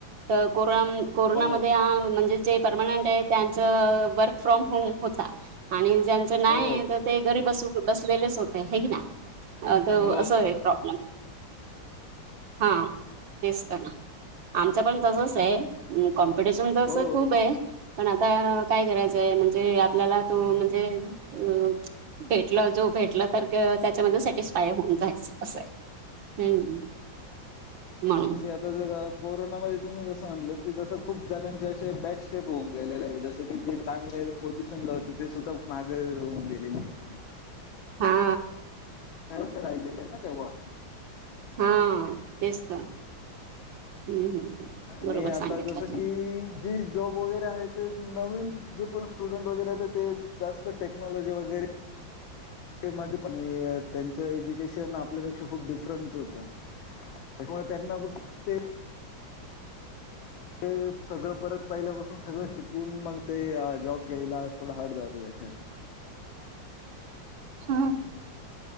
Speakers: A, on the right; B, on the left.
A: तर कोरोना कोरोनामध्ये
B: हो
A: आ म्हणजे जे परमनंट आहे त्यांच वर्क फ्रॉम होम होता आणि ज्यांच नाही
B: हो
A: तर ते घरी बस बसलेलेच होते हे की ना त
B: हो
A: असं आहे प्रॉब्लेम. हा तेच तर, ना आमचं पण तसंच आहे. कॉम्पिटिशन तर असं
B: हो
A: खूप आहे. पण आता काय करायचंय म्हणजे, आपल्याला तो म्हणजे अं.. भेटला जो भेटला तर त्याच्यामध्ये, सॅटिस्फाय होऊन जायचं. असं आहे, हम्म म्हणून.
B: आता जसं की कोरोनामध्ये तुम्ही जसं म्हटलं की, तसं खूप जणांचे असे बॅकस्टेप होऊन गेलेले आहे जसं की. जे चांगले पोजिशन ला होते ते, सुद्धा माघे होऊन गेलेले आहेत.
A: हा.
B: खर्च राहिलेलं आहे ना तेव्हा.
A: हा, तेच तर हम्म हम्म. बरोबर
B: नाही. आता
A: सांगितलं
B: जसं
A: तुम्ही
B: की.. जे जॉब वगैरे आहे ते नवीन जे, पण स्टुडंट वगैरे आहे ते जास्त टेक्नॉलॉजी वगैरे. <unintelligible> पण त्यांचं एज्युकेशन आपल्यापेक्षा खूप डिफरंट होतं. त्याचामुळे त्यांना मग ते. ते सगळं परत पाहिल्यापासून सगळं शिकून, मग ते जॉब घ्यायला थोडं हार्ड जातं त्याच्यात.
A: हा.